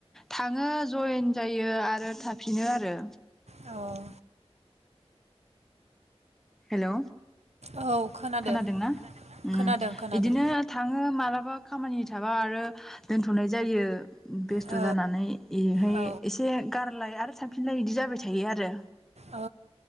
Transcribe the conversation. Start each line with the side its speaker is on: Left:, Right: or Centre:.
Centre: थाङो जइेन जायो आरो थाफिनो आरो
Right: औ
Centre: हेलौ
Right: औ खोनादों
Centre: खोनादोंना उम
Right: खोनादों खोनादों
Centre: इदिनो थाङो मालाबा खामानि थाबा आरो दोनथ'नाय जायो। बेस्थ'
Right: औ
Centre: जानानै एहाय
Right: औ
Centre: एसे गारलाय आरो थाफिनलाय इदि जाबाय थायो आरो
Right: औ